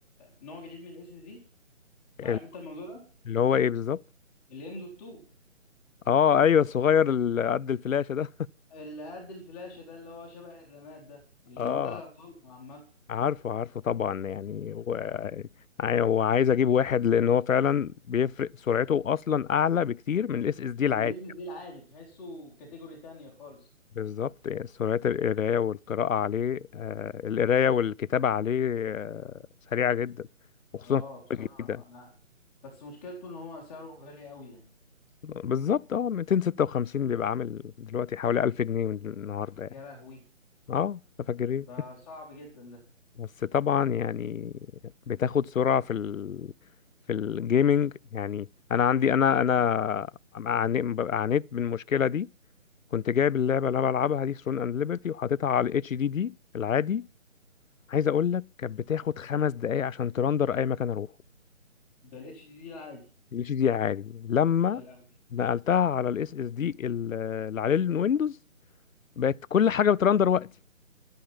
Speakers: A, in the centre; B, on the left.
A: نوع جديد من الاس اس دي انت
B: ال-
A: عارف انت الموضوع ده
B: اللي هو ايه بالظبط
A: الام دوت 2
B: اه ايوه الصغير اللي قد الفلاشه ده
A: اللي قد الفلاشه ده اللي هو شبه الرماد ده النوع
B: <laughs> اه
A: ده
B: اه
A: طلق عامه
B: عارفه عارفه طبعا يعني و... عاي- هو عايز اجيب واحد لان هو فعلا بيفرق سرعته اصلا اعلى بكتير من الاس اس دي
A: من
B: العادي
A: الاس اس دي العادي تحسه كاتيجوري تانية خالص
B: بالظبط يعني سرعة القراية والقراءة عليه آه القراية والكتابة عليه آه سريعة جدا وخصوصا
A: اه بصراحه
B: في الجديدة
A: انا بس مشكلته ان هو سعره غالي قوي يعني
B: بالظبط اه 256 بيبقى عامل دلوقتي حوالي 1000 جنيه من النهاردة يعني
A: يا لهوي
B: اه تفكرين
A: ده صعب جدا ده
B: بس طبعا يعني بتاخد سرعة في ال في الجيمنج يعني انا عندي انا انا عاني- عانيت من المشكلة دي كنت جايب اللعبة اللي انا بلعبها دي ثرون اند ليبرتي وحاططها على الاتش دي دي العادي عايز اقول لك كانت بتاخد خمس دقايق عشان ترندر اي مكان اروحه
A: ده الاتش دي دي العادي
B: الاتش دي عادي لما
A: يا لهوي
B: نقلتها على الاس اس دي اللي عليه الويندوز بقت كل حاجه بترندر وقتي